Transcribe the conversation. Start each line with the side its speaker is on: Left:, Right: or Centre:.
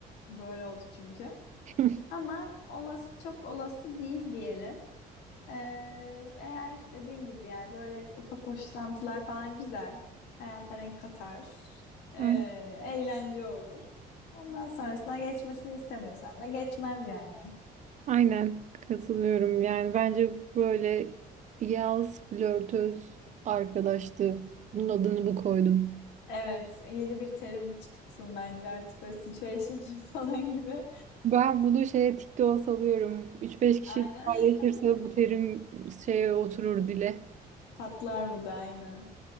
Left: böyle oldu çünkü.
Right: <laughs>
Left: Ama olası çok olası değil diyelim. Ee, eğer dediğin gibi yani böyle ufak hoşlantılar falan güzel. Hayata renk katar. Ee,
Right: Ay-
Left: eğlence olur. Ondan sonrasına geçmesini istemiyorsan da geçmez yani.
Right: Aynen katılıyorum. Yani bence böyle yaz flörtöz arkadaştı. Bunun adını bu koydum.
Left: Evet, yeni bir terim çıksın bence artık böyle situationship falan gibi.
Right: Ben bunu şeye TikTok'a salıyorum. 3-5 kişi
Left: <laughs> Aynen.
Right: paylaşırsa
Left: <laughs>
Right: bu terim şeye oturur dile.
Left: Patlar bu da aynen.